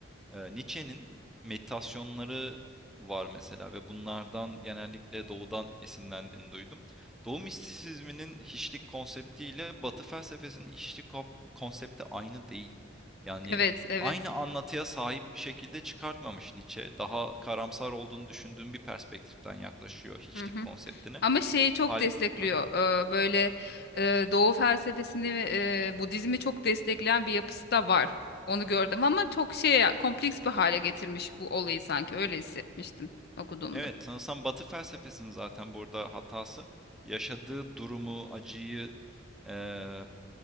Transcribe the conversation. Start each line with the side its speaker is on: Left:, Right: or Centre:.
Centre: Ee, Nietzsche'nin meditasyonları var mesela ve bunlardan genellikle doğudan esinlendiğini duydum. Doğu mistisizminin hiçlik konsepti ile Batı felsefesinin hiçlik ko- konsepti aynı değil. Yani
Left: Evet, evet.
Centre: aynı anlatıya sahip bir şekilde çıkartmamış Nietzsche. Daha karamsar olduğunu düşündüğüm bir perspektiften yaklaşıyor hiçlik
Left: Hı hı.
Centre: konseptine.
Left: Ama şeyi çok
Centre: Hal...
Left: destekliyor.
Centre: Aha.
Left: Ee, böyle e, Doğu felsefesini, e, Budizmi çok destekleyen bir yapısı da var. Onu gördüm ama çok şey kompleks bir hale getirmiş bu olayı sanki öyle hissetmiştim okuduğumda.
Centre: Evet, sanırsam Batı felsefesinin zaten burada hatası yaşadığı durumu, acıyı eee,